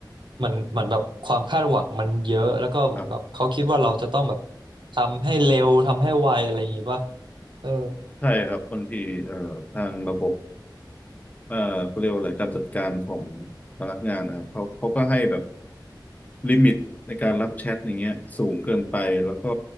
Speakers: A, on the right (about 80°); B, on the left (about 20°).
A: มันเหมือนแบบความคาดหวังมันเยอะแล้วก็เหมือนแบบเขาคิดว่าเราจะต้องแบบ
B: ครับ
A: ทำให้เร็วทำให้ไวอะไรอย่างงี้ป่ะเออ
B: ใช่ครับบางทีเอ่อทางระบบ เอ่อเขาเรียกว่าอะไรการจัดการของพนักงานนะครับเขาเขาก็ให้แบบลิมิตในการรับแชทอย่างเงี้ยสูงเกินไปแล้วก็